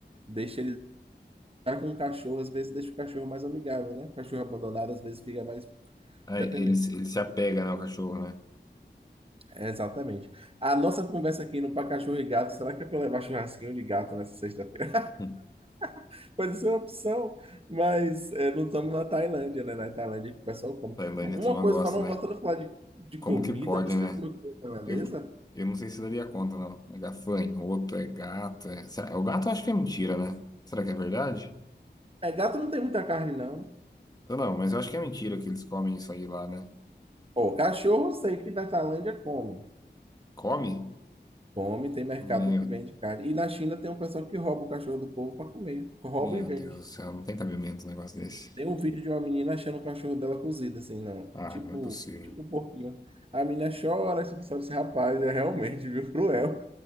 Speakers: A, on the right; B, on the left.
A: deixa eles Tá com o cachorro, às vezes deixa o cachorro mais amigável, né? O cachorro abandonado, às vezes, fica mais
B: Ah,
A: dependente.
B: ele, se- ele se apega, né, ao cachorro, né?
A: É, exatamente. A nossa conversa aqui no Pra Cachorro e Gato, será que é pra levar churrasquinho de gato nessa sexta-feira?
B: Hum.
A: <laughs> Pode ser uma opção, mas é, não estamos na Tailândia, né? Na Tailândia que o pessoal come.
B: Tailândia,
A: Uma
B: a turma
A: coisa,
B: gosta,
A: falando,
B: né?
A: voltando a falar de, de
B: Como
A: comida,
B: que pode,
A: você
B: né?
A: já comeu comida tailandesa?
B: Eu, eu não sei se daria conta, não. É gafanhoto, é gato. É... Será- O gato eu acho que é mentira, né? Será que é verdade?
A: É, gato não tem muita carne, não.
B: Eu não, mas eu acho que é mentira que eles comem isso aí lá, né?
A: Ó, cachorro, eu sei que na Tailândia come.
B: Come?
A: Come, tem mercado
B: Meu,
A: que vende carne. E na China tem um pessoal que rouba o cachorro do povo para comer. Rouba
B: meu
A: e vende.
B: Deus do céu, não tem cabimento um negócio desse.
A: Tem um vídeo de uma menina achando o cachorro dela cozido, assim, não.
B: Ah,
A: Tipo,
B: não é possível.
A: tipo um porquinho. A menina chora, tipo, sabe, esse rapaz é realmente, <laughs> viu, cruel.